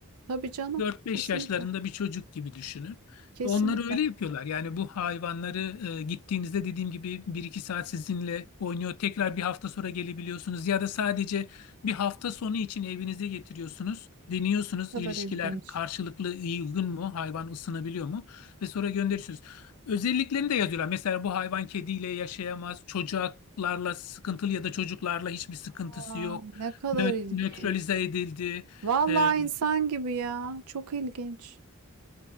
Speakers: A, on the right (about 75°); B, on the left (about 80°).
A: Tabii canım,
B: 4-5
A: kesinlikle.
B: yaşlarında bir çocuk gibi düşünün.
A: Kesinlikle.
B: Onları öyle yapıyorlar. Yani bu hayvanları e, gittiğinizde dediğim gibi bir iki saat sizinle oynuyor. Tekrar bir hafta sonra gelebiliyorsunuz. Ya da sadece bir hafta sonu için evinize getiriyorsunuz. Deniyorsunuz
A: Ne kadar
B: ilişkiler
A: ilginç.
B: karşılıklı iyi uygun mu? Hayvan ısınabiliyor mu? Ve sonra gönderiyorsunuz. Özelliklerini de yazıyorlar. Mesela bu hayvan kediyle yaşayamaz. Çocuklarla sıkıntılı ya da çocuklarla hiçbir sıkıntısı
A: Aa,
B: yok.
A: ne kadar
B: Nö-
A: ilginç.
B: nötralize edildi.
A: Vallahi
B: E,
A: insan gibi ya. Çok ilginç.